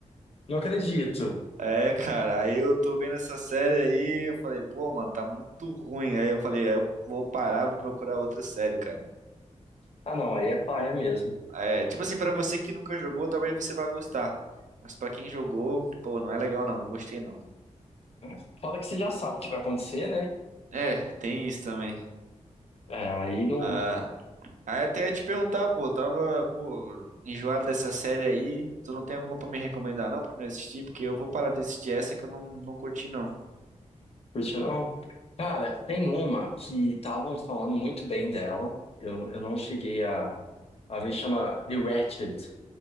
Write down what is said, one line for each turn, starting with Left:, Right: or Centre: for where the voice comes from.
Left: Não acredito.
Right: É, cara, aí eu tô vendo essa série aí, eu falei, pô, mano, tá muito ruim. Aí eu falei, é, eu vou parar, vou procurar outra série, cara.
Left: Ah, não, aí é paia mesmo.
Right: É, tipo assim, pra você que nunca jogou, talvez você vá gostar. Mas pra quem jogou, pô, não é legal não, não gostei não.
Left: É. Fora que você já sabe o que vai acontecer, né?
Right: É, tem isso também.
Left: É, aí não.
Right: Ah, Aí eu até ia te perguntar, pô, eu tava, pô, enjoado dessa série aí. Tu não tem alguma pra me recomendar, não, pra me assistir? Porque eu vou parar de assistir essa que eu não, não curti, não.
Left: Curtiu, não? Cara, tem uma que estavam falando muito bem dela. Eu, eu não cheguei a, a ver, chama The Wretched,